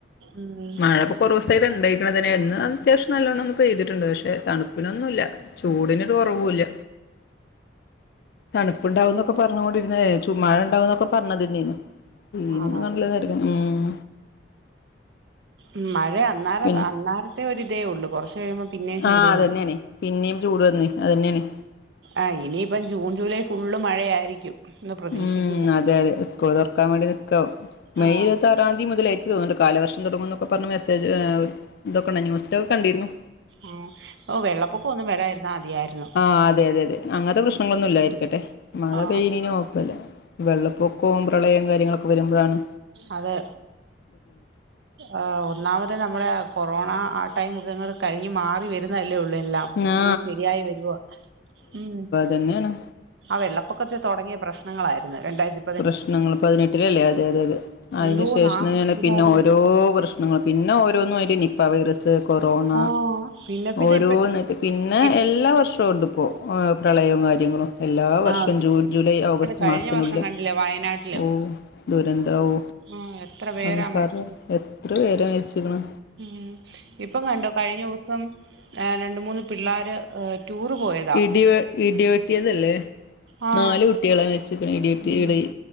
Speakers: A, on the right (about 70°); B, on the left (about 60°).
A: ഉം
B: മഴ കുറവ്സായിട്ട് ഇത് ന്തായ്ക്ണ് തന്നെ ഇന്ന് അത്യാവശ്യം നല്ലോണം ഒന്ന് പെയ്ത്ട്ട്ണ്ട് പക്ഷേ? തണുപ്പിനൊന്നൂല്ല. ചൂടിനൊരു കൊറവൂല്ല. തണുപ്പ്ണ്ടാവുംന്നൊക്കെ പറഞ്ഞു കൊണ്ടിര്ന്നതേ ചുമ്മാഴണ്ടാവു ന്നൊക്കെ പറഞ്ഞതന്നേന്നു. തന്നെയരുന്നുീനന്ന
A: ആണോ
B: ത് ഉം.
A: ഉം മഴയന്നാരം
B: പിന്നെ
A: അന്നാരത്തെ ഒരു ഇതേ ഉള്ളൂ കുറച്ച് കഴിയുമ്പോ പിന്നേ കൂടുതലന്ന
B: ആ അതന്നെയാണ് പിന്നിം ചൂട് വന്നുയ് അതന്നെയാണയ്.
A: ആഹ് ഇനിയിപ്പം ജൂൺ ജൂലൈ ഫുള്ള് മഴയായിരിക്കും. എന്ന് പ്രതീക്ഷിക്കുന്നു
B: ഉം അതെ അതെ സ്കൂൾ തുറക്കാൻ വേണ്ടി നിക്കു ആവും മെയ്
A: ആഹ്
B: ഇരുപത്താറ് തിയത് മുതല് എനിക്ക് തോന്നുന്നു കാലവർഷം തുടങ്ങുന്ന എന്നൊക്കെ പറഞ്ഞ മെസേജ് ഇതൊക്കെണ്ട ന ന്യൂസിലൊക്കെ കണ്ടിരുന്നു
A: ഉം. ഒ വെള്ളപ്പൊക്കം ഒന്നും വരായിരുന്ന അതിയായിരുന്നു.
B: ആഹ് അതെ അതെ അതെ അങ്ങനത്തെ പ്രശ്നങ്ങളൊന്നും ഇല്ലായിരിക്കട്ടെ.. മഴ
A: ആഹ്
B: പെയ്നീന് കൊഴപ്പല്ല. വെള്ളപ്പൊക്കവും പ്രളയം കാര്യങ്ങളൊക്കെ വരുമ്പഴാണ്.
A: അതെ... ആഹ് ഒന്നാമത് നമ്മുടെ കൊറോണ ആ ടൈമക്കെങ്ങൾ കഴിഞ്മാറി വര് ന്നത് ന്നല്ലേ ഉള്ളൂ എല്ലാം.
B: ആ
A: ഒന്ന് ശരിയായി വരുവ ഉം.
B: തന്നെയാണ്.
A: ആ വെള്ളപ്പൊക്കത്തെ തൊടങ്ങിയ പ്രശ്നങ്ങളായിര്ന്ന് രണ്ടായിര
B: പ്രശ്നങ്ങൾ പതിനെട്ടിലല്ലേ അതെ അതെ അതെ അതിനു
A: എന്തോ
B: ശേഷം
A: നാ
B: തന്നെയാണ്
A: ഇതായിരുന്നു
B: പിന്നെ ഓരോ പ്രശ്ന ന്ന്ങ്ങളെ പിന്നെ ഓരോന്നും ആയിട്ട് നിപ്പ വയറ്സ് ത് കൊറോണ
A: ആഹ് പിന്നെ പിന്നെ
B: ഓരോന്ന്ക്
A: ഇപ്പ
B: പിന്നെ
A: ഇപ്പ
B: എല്ലാ വർഷവും ഉണ്ട്പ്പോ... ഓ പ്രളയവും കാര്യങ്ങളും എല്ലാ വർഷം
A: ആഹ്
B: ജൂൺ ജൂലൈ ഓഗസ്റ്റ്
A: കഴിഞ്ഞ
B: മാസത്തിനുള്ളിൽ.
A: വർഷം അല്ല വയനാട്
B: ഓ ദുരന്ത ഓ
A: ആഹ് എത്ര പേരാ
B: അന്ന് പറ
A: മരിച്ചേ
B: എത്ര പേരാ മേരിച്ച്ക്കണ്.
A: ഉം. ഇപ്പം കണ്ടോ കഴിഞ്ഞ ദിവസം രണ്ട മൂന്ന് പിള്ളാര് ടൂറ് പോയത്
B: ഇടി വെ ഇടിവെട്ടിയതല്ലേ
A: ആഹ്
B: നാല് കുട്ടികളെ മരിച്ച് ക്ണേ ഇടിവെട്ടിഇടി
A: ഉം